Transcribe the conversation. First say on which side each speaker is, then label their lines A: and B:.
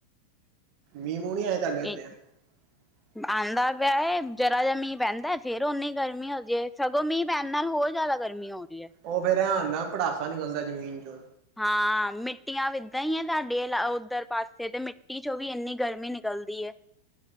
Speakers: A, on the right; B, in the centre.
A: ਮੀਂਹ ਮੂਂ ਨੀਂ ਆਏ ਤੁਹਾਡੇ
B: ਇੱਕ
A: <inaudible>
B: ਆਉਂਦਾ ਪਿਆ ਜਰਾ ਜਿਹਾ ਮੀਂਹ ਪਹਿੰਦਾ ਫੇਰ ਓਨੀ ਗਰਮੀ ਹੋ ਜਾਏ ਸਗੋਂ ਮੀਂਹ ਪੈਣ ਨਾਲ ਹੋਰ ਜਾਦਾ ਗਰਮੀ। ਗਰਮੀ ਹੋ ਰੀ ਹੈ।
A: ਉਹ ਫੇਰ ਇਹਂ ਹੋਂਦਾ ਪੜਾਸਾ ਨਿਕਲਦਾ ਜਮੀਨ ਚੋਂ।
B: ਹਾਂ ਮਿੱਟੀਆਂ ਇੱਦਾਂ ਹੀ ਹੈ ਤੁਹਾਡੇ ਉੱਧਰ ਪਾਸੇ ਤੇ ਮਿੱਟੀ ਚੋਂ ਵੀ ਇੰਨੀ ਗਰਮੀ ਨਿਕਲਦੀ ਏ।